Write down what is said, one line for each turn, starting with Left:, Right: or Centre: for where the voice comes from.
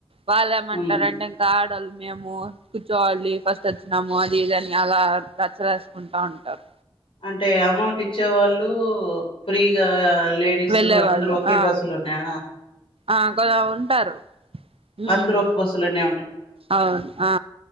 Right: వాళ్ళేమంటారంటే
Left: హ్మ్.
Right: ఇంకా లు మేము కూర్చోావాలి ఫస్ట్ వచ్చినాము అది ఇది అని అలా రచ్చరేసుకుంటా ఉంటారు
Left: అంటే అమౌంట్ ఇచ్చే వాళ్ళు ఫ్రీగా లేడీస్
Right: వెళ్ళే
Left: అందరుూ
Right: వాళ్ళు
Left: ఒకే
Right: ఆ
Left: బస్సు లోనా
Right: ఆ కొ ఉంటారు ఉమ్
Left: అందరూ ఒక బస్సులోనే
Right: అవును ఆ